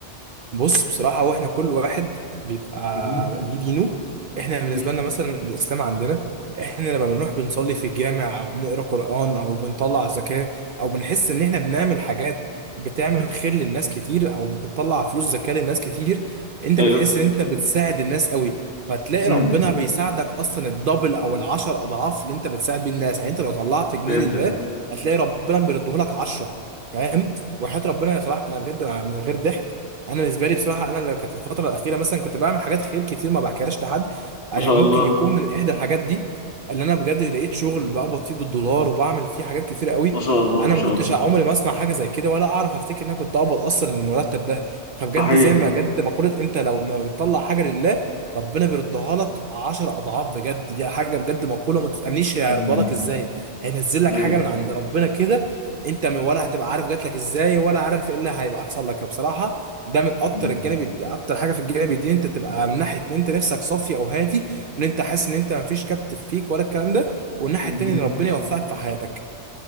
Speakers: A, on the right (about 55°); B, on the left (about 55°).
A: بص بصراحة هو احنا كل واحد بيبقى
B: مهم.
A: ليه دينه احنا بالنسبة
B: مم.
A: لنا مثلا الإسلام عندنا احنا لما بنروح بنصلي في الجامع أو بنقرأ قرآن أو بنطلع زكاة أو بنحس إن احنا بنعمل حاجات بتعمل خير للناس كتير أو بتطلع فلوس زكاة للناس كتير أنت
B: ايوه
A: بتحس إن أنت بتساعد الناس قوي فتلاقي
B: امم
A: ربنا بيساعدك أصلا الدبل أو العشر أضعاف اللي أنت بتساعد بيه الناس يعني أنت لو طلعت جنيه
B: فهمتك
A: لله هتلاقي ربنا بيردهولك عشرة فاهم وحياة ربنا يا صلاح أنا بجد مع- من غير ضحك انا بالنسبه لي بصراحه انا اللي كانت الفتره الاخيره مثلا كنت بعمل حاجات خير كتير ما بحكيهاش لحد يعني
B: ما شاء
A: ممكن
B: الله
A: يكون من احدى الحاجات دي اللي انا بجد لقيت شغل بقبض فيه بالدولار وبعمل فيه حاجات كتير قوي
B: ما شاء الله
A: انا
B: ما شاء
A: ما كنتش
B: الله
A: عمري ما اسمع حاجه زي كده ولا اعرف افتكر ان انا كنت اقبض اصلا المرتب ده فبجد
B: صحيح
A: زي ما بجد مقوله انت لو ما بتطلع حاجه لله ربنا بيردها لك 10 اضعاف بجد دي حاجه بجد مقوله ما تتامنيش هيرضى
B: امم
A: لك ازاي هينزل لك
B: ايوه
A: حاجه من عند ربنا كده انت م- ولا هتبقى عارف جات لك ازاي ولا عارف ايه اللي هيبقى حصل لك فبصراحه ده من اكتر
B: مم.
A: الجانب الد- اكتر حاجه في الجانب الديني انت تبقى من ناحيه ان انت نفسك صافي او هادي ان انت حاسس ان انت ما فيش كبت فيك ولا الكلام ده والناحيه
B: مم.
A: التانيه ان ربنا يوفقك في حياتك